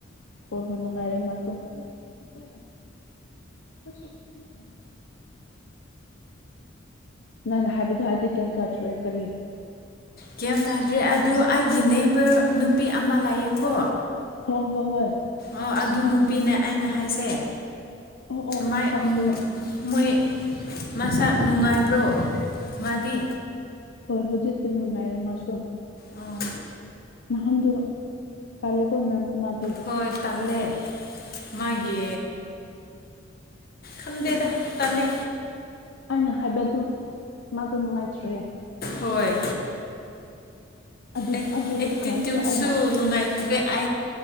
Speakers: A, on the left; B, on the left.
A: ꯍꯣꯏ ꯍꯣꯏ <unintelligible> ꯅꯅꯦ ꯍꯥꯏꯕꯗꯤ ꯍꯥꯏꯗꯤ ꯀꯩꯝ ꯇꯥꯊ꯭ꯔꯑꯦ ꯀꯔꯤ
B: ꯀꯩ ꯇꯥꯗ꯭ꯔꯦ ꯑꯗꯨ ꯑꯩꯒꯤ ꯅꯩꯕ ꯅꯨꯄꯤ ꯑꯃ ꯂꯥꯛꯌꯦ ꯀꯣ
A: ꯍꯣꯏ ꯍꯣꯏ ꯍꯣꯏ
B: ꯑꯣ ꯑꯗꯨ ꯅꯨꯄꯤꯅꯦ ꯑꯩꯅ ꯍꯥꯏꯁꯦ
A: ꯑꯣ ꯑꯣ
B: ꯃꯥꯏ
A: ꯆꯥꯈ꯭ꯔꯦ
B: ꯃꯣꯏ ꯃꯁꯛ ꯅꯨꯡꯉꯥꯏꯕ꯭ꯔꯣ ꯃꯥꯗꯤ
A: ꯍꯣꯏ ꯍꯧꯖꯤꯛ ꯑꯗꯨ ꯅꯨꯡꯉꯥꯏꯔꯦ ꯃꯥꯁꯨ
B: ꯑꯣ
A: ꯅꯍꯥꯟꯗꯨ ꯇꯥꯂꯦꯀꯣꯟ ꯅꯪ ꯃꯥꯗꯨ
B: ꯍꯣꯏ ꯇꯂꯦ ꯃꯥꯒꯤ ꯈꯪꯗꯦꯗ ꯇꯜꯂꯦ
A: ꯑꯩꯅ ꯍꯥꯏꯕꯗꯨ ꯃꯥꯗꯨ ꯅꯨꯡꯉꯥꯏꯇ꯭꯭ꯔꯦ
B: ꯍꯣꯏ
A: ꯑꯗꯨ
B: ꯑꯦ
A: ꯑꯗꯨꯒꯔꯁꯨ
B: ꯑꯦꯛꯇꯤ ꯇꯤꯠꯁꯨ
A: ꯑꯩꯅ
B: ꯅꯨꯡꯉꯥꯏꯇꯦ ꯑ